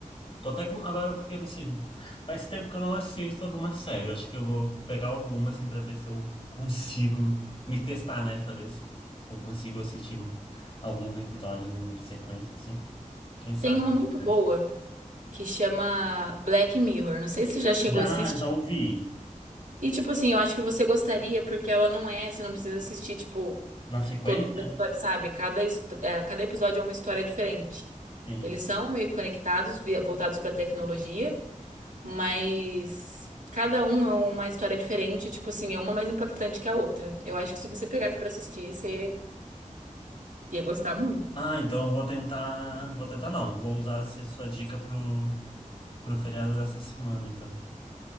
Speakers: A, on the left; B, on the right.
A: tô até com, agora eu fiquei assim, faz tempo que eu não assisto alguma série. Eu acho que eu vou pegar alguma assim para ver se eu consigo me testar, né? Saber se eu consigo assistir alguns episódios em sequência assim. Quem sabe,
B: Tem uma muito
A: né?
B: boa que chama Black Mirror. Não sei se você já chegou
A: Já,
B: a assistir.
A: já ouvi.
B: E, tipo assim, eu acho que você gostaria, porque ela não é, você não precisa assistir, tipo.
A: Na sequência?
B: todos os episódios, sabe? Cada, his- é, cada episódio é uma história diferente.
A: Sim.
B: Eles são meio conectados, vi- voltados pra tecnologia, mas cada um é uma história diferente, tipo assim, é uma mais impactante que a outra. Eu acho que se você pegasse pra assistir, você ia gostar muito.
A: Ah, então eu vou tentar. Vou tentar não. Vou usar essa sua dica pro, pro feriado dessa semana, então.